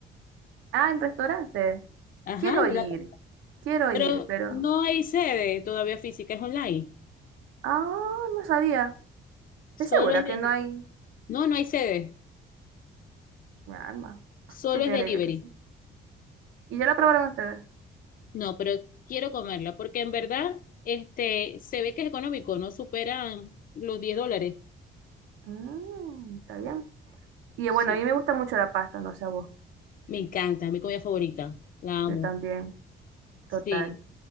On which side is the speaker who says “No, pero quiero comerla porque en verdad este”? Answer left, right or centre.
Left